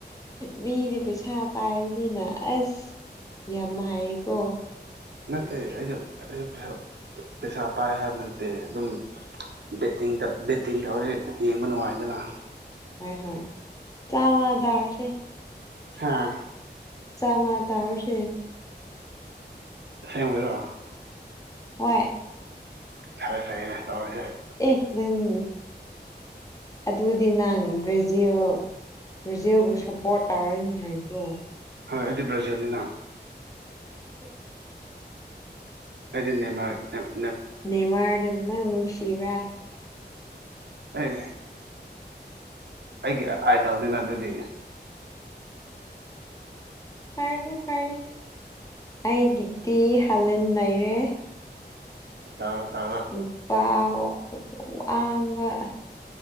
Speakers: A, on the left; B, on the right.
A: ꯃꯤꯗꯤ ꯄꯩꯁꯥ ꯄꯥꯏꯕꯅꯤꯅ ꯑꯁ ꯌꯥꯝ ꯍꯥꯏꯌꯦꯀꯣ
B: ꯅꯠꯇꯦ ꯑꯩꯁꯨ ꯑꯩꯁꯨ ꯄꯩꯁ ꯄꯩꯁꯥ ꯄꯥꯏ ꯍꯥꯏꯕ ꯅꯠꯇꯦ ꯑꯗꯨꯝ ꯕꯦꯠꯇꯤꯡꯗ ꯕꯦꯠꯇꯤꯡꯗ ꯍꯣꯔꯦꯟ ꯌꯦꯡꯕ ꯅꯨꯡꯉꯥꯏꯗꯅ
A: ꯍꯣꯏ ꯍꯣꯏ ꯇꯥꯕ ꯗꯥꯎꯁꯦ
B: ꯍꯥꯥ
A: ꯆꯥꯃ ꯇꯥꯎꯁꯦ
B: ꯑꯁꯦꯡꯕꯩꯔꯣ
A: ꯍꯣꯏꯠ
B: ꯐꯔꯦ ꯐꯔꯦ ꯇꯧꯔꯁꯦ
A: ꯑꯦ ꯅꯪ ꯑꯗꯨꯗꯤ ꯅꯪ ꯕ꯭ꯔꯥꯖꯤꯜ ꯕ꯭ꯔꯥꯖꯤꯜꯕꯨ ꯁꯄꯣꯔꯠ ꯇꯧꯔꯅꯤ ꯍꯥꯏꯕ꯭ꯔꯣ
B: ꯍꯣꯏ ꯑꯩꯗꯤ ꯕ꯭ꯔꯥꯖꯤꯜꯅꯤꯅ
A: ꯎꯝ
B: ꯑꯩꯗꯤ ꯅꯦꯃꯥꯔ ꯅꯤ
A: ꯅꯦꯃꯥꯔꯗꯣ ꯅꯪ ꯅꯨꯡꯁꯤꯕ꯭ꯔꯥ
B: ꯑꯦ ꯑꯩꯒꯤ ꯑꯥꯏꯗꯜꯅꯤꯅ ꯑꯗꯨꯗꯤ
A: ꯐꯔꯅꯤ ꯐꯔꯅꯤ ꯑꯩꯒꯤꯗꯤ ꯍꯥꯂꯦꯟ ꯂꯩꯔꯦ
B: ꯇꯧꯔꯣ ꯇꯧꯔꯣ
A: ꯅꯨꯄꯥ ꯑꯋꯥꯡꯕ